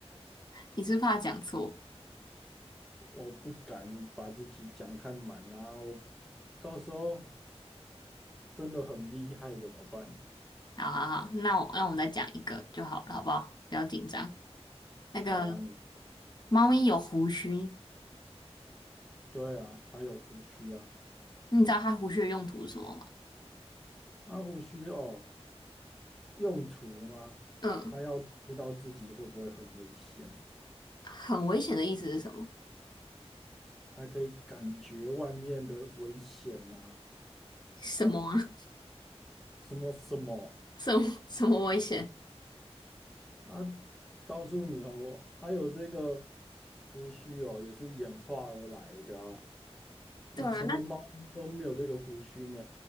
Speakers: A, on the left; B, in the centre.
A: 你是不是怕讲错？
B: 我不敢把自己讲太满啊，我到时候真的很厉害怎么办？
A: 好好好，那我那我再讲一个就好了，好不好？不要紧张。那个
B: 好啊，你
A: 猫咪有胡须，
B: 对啊，它有胡须啊，
A: 你知道它胡须的用途是什么吗？
B: 那胡须哦，用途吗？
A: 嗯，
B: 它要知道自己会不会很危险，
A: 很危险的意思是什么？
B: 还可以感觉外面的危险呐、啊
A: 什么啊？
B: 什么什么
A: <laughs> 什么什么危险？
B: 啊，告诉你哦，它有这个胡须哦，也是演化而来的啊，以前的猫咪都没有这个胡须呢，
A: 对啊，那